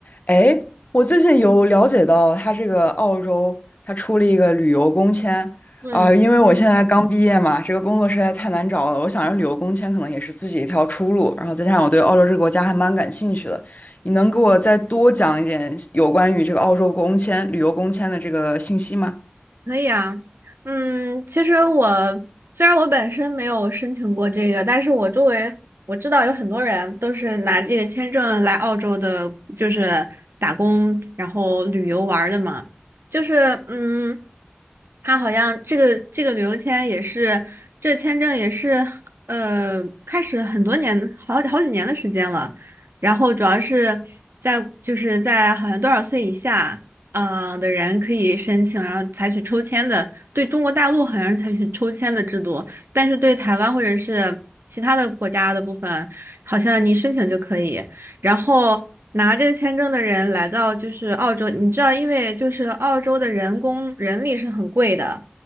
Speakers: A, on the left; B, on the right.
A: 哎，我最近有了解到，他这个澳洲他出了一个旅游工签啊，
B: 嗯，
A: 因为我现在刚毕业嘛，这个工作实在太难找了，我想着旅游工签可能也是自己一条出路，然后再加上我对澳洲这个国家还蛮感兴趣的，你能给我再多讲一点有关于这个澳洲工签、旅游工签的这个信息吗？
B: 可以啊。嗯，其实我虽然我本身没有申请过这个，但是我周围我知道有很多人都是拿这个签证来澳洲的，就是打工然后旅游玩儿的嘛。就是嗯，他好像这个这个旅游签也是这个签证也是呃开始很多年好好几年的时间了，然后主要是在就是在好像多少岁以下。呃的人可以申请，然后采取抽签的。对中国大陆好像是采取抽签的制度，但是对台湾或者是其他的国家的部分，好像你申请就可以。然后拿这个签证的人来到就是澳洲，你知道，因为就是澳洲的人工人力是很贵的，